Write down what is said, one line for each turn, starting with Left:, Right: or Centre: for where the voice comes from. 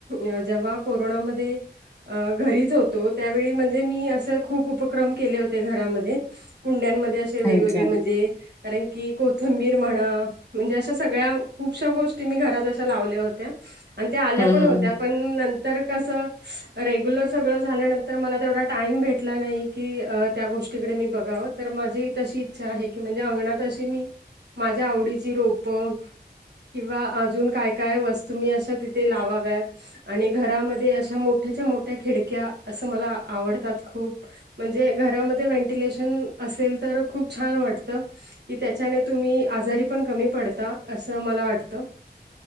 Right: अ जेव्हा कोरोनामध्ये ते अ घरीच होतो त्यावेळी म्हणजे मी असे खूप उपक्रम केले होते घरामध्ये. कुंड्यांमध्ये असे वेगवेगळे
Left: अच्छा.
Right: म्हणजे, कारण की कोथंबीर म्हणा म्हणजे अशा सगळ्या खूपश्या गोष्टी मी घरात अशा लावल्या होत्या. आणि त्या आल्या
Left: हं,
Right: पण
Left: हं,
Right: होत्या,
Left: हं.
Right: पण नंतर कसं रेग्युलर सगळ झाल्यानंतर मला तेवढा टाईम भेटला नाही की, अ त्या गोष्टीकडे मी बघावं. तर माझी तशी इच्छा आहे, की म्हणजे अंगणात अशी मी माझ्या आवडीची रोप किंवा अजून काय काय वस्तू मी अशा तिथे लावाव्या आणि घरामध्ये अशा अशा मोठ्याच्या मोठ्या खिडक्या असं मला आवडतात खूप. म्हणजे घरामध्ये व्हेंटिलेशन असेल, तर खूप छान वाटतं. कि त्याच्याने तुम्ही आजारी पण कमी पडता असं मला वाटतं.